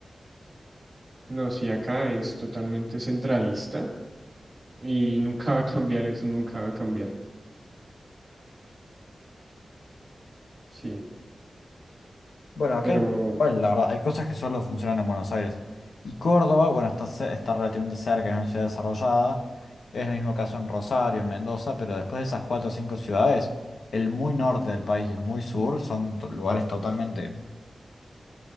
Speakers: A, on the right; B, on the left.
A: No, sí, acá es totalmente centralista y nunca va a cambiar eso, nunca va a cambiar. Sí,
B: Bueno, acá
A: pero,
B: en México igual, la verdad, hay cosas que solo funcionan en Buenos Aires. Y Córdoba, bueno, está, ce- está relativamente cerca, es una ciudad desarrollada. Es el mismo caso en Rosario, en Mendoza, pero después de esas cuatro o cinco ciudades, el muy norte del país y el muy sur son to- lugares totalmente,